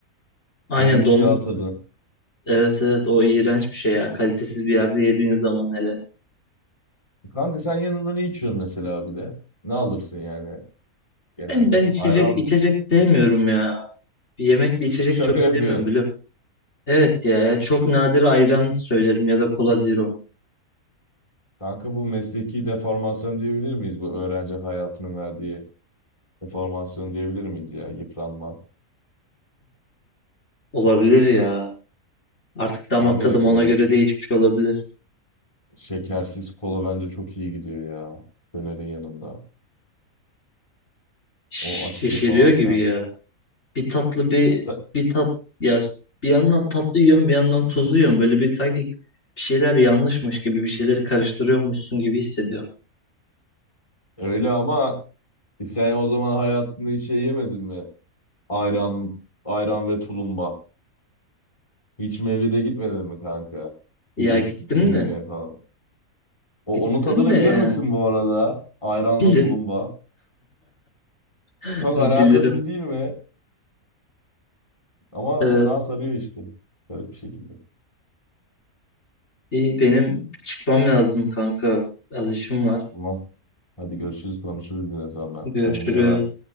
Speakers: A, on the left; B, on the left.
A: aynen
B: Donmuş
A: donmuş.
B: yağ tadı.
A: Evet evet o iğrenç bir şey ya. Kalitesiz bir yerde yediğiniz zaman hele.
B: Kanka sen yanında ne içiyorsun mesela bir de? Ne alırsın yani genelde?
A: Ben, ben içecek
B: Ayran
A: içecek
B: mı?
A: sevmiyorum ya. Yemekli içecek
B: Şaka
A: çok
B: yapıyorsun.
A: sevmiyorum biliyorum. Evet ya, ya çok nadir ayran söylerim ya da kola zero.
B: Kanka bu mesleki deformasyon diyebilir miyiz? Bu öğrenci hayatının verdiği deformasyon diyebilir miyiz ya? Yıpranma.
A: Olabilir ya. Artık
B: Abi
A: damak tadım
B: e,
A: ona göre değişmiş olabilir.
B: şekersiz kola bence çok iyi gidiyor ya. Dönerin yanında.
A: Şiş-
B: O asidi
A: Şişiriyor
B: falan
A: gibi
B: filan.
A: ya. bir tatlı bir
B: Ya da-
A: bir tat ya bir yandan tatlı yiyorum bir yandan tuzlu yiyorum. Böyle bir sanki bir şeyler yanlışmış gibi bir şeyleri karıştırıyormuşsun gibi hissediyorum.
B: Öyle ama sen o zaman hayatında hiç şey yemedin mi? Ayran, ayran ve tulumba. Hiç mevlide gitmedin mi kanka?
A: Ya
B: Bir etki,
A: gittim
B: düğüne
A: de
B: falan. O,
A: gittim
B: onun tadını
A: de yani
B: bilir misin bu arada? Ayranla
A: bilir
B: tulumba.
A: <laughs>
B: Çok
A: bilirim.
B: alakasız değil mi? Ama
A: Evet
B: fena sarıyor işte. Garip bir şekilde.
A: iyi benim çıkmam lazım kanka. Az işim var.
B: Tamam. Hadi görüşürüz konuşuruz yine sonra.
A: Görüşürüz.
B: Kendine iyi bak.